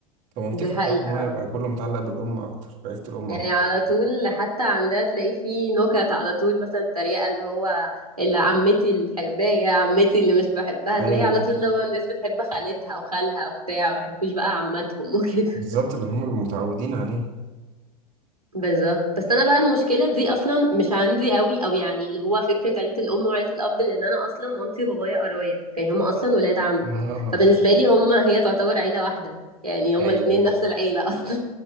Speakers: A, on the right; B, on the right.
A: فمنطقي
B: دي حقيقة
A: بصراحة إن هو يبقى كله متعلق بالأم أكتر بعيلة الأم
B: يعني
A: أكتر
B: على طول حتى عندها تلاقي فيه نكت على طول مثلا تريقة اللي هو اللي عمتي الحرباية عمتي اللي مش بحبها تلاقي
A: أيوه
B: على طول اللي هو الناس بتحب خالتها وخالها وبتاع ما يحبوش بقى عماتهم <laughs> وكده
A: بالظبط اللي هم بيبقوا متعودين عليه
B: بالظبط بس انا بقى المشكلة دي اصلا مش عندي قوي او يعني اللي هو فكرة عيلة الام وعيلة الاب لان انا اصلا مامتي وبابايا قرايب يعني هما اصلا ولاد عم
A: آه
B: فبالنسبة لي هما هي تعتبر عيلة واحدة يعني هما
A: أيوه
B: الاتنين
A: أيوه
B: نفس العيلة اصلا